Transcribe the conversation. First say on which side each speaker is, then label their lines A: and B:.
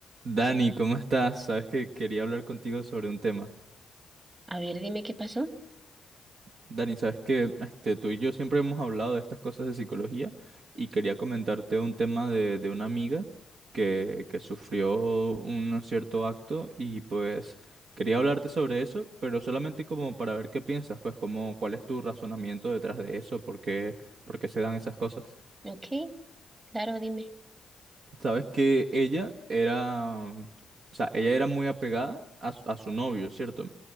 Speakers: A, on the right; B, on the right.
A: Dani, ¿cómo estás? Sabes que quería hablar contigo sobre un tema.
B: A ver, dime qué pasó.
A: Dani, sabes que este, tú y yo siempre hemos hablado de estas cosas de psicología y quería comentarte un tema de, de una amiga que, que sufrió un cierto acto y pues quería hablarte sobre eso, pero solamente como para ver qué piensas, pues como cuál es tu razonamiento detrás de eso, por qué, por qué se dan esas cosas.
B: Ok, claro, dime.
A: Sabes que ella era, o sea, ella era muy apegada a, su a su novio, ¿cierto?